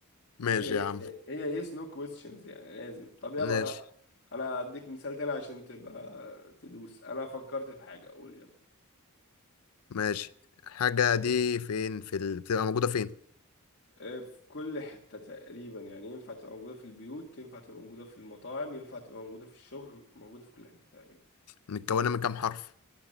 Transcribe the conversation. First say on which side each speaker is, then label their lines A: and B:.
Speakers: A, on the left (about 80°); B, on the left (about 55°).
A: ماشي
B: هي
A: يا عم
B: هي هي yes no questions يعني لازم طب يلا
A: ماشي
B: انا انا هديك مثال تاني عشان تبقى تدوس انا فكرت في حاجة قول يلا
A: ماشي الحاجة دي فين في ال... بتبقى موجودة فين
B: آه، في كل حتة تقريبا يعني ينفع تبقى موجودة في البيوت ينفع تبقى موجودة في المطاعم ينفع تبقى موجودة في الشغل موجودة في كل حتة تقريبا
A: متكونة من كام حرف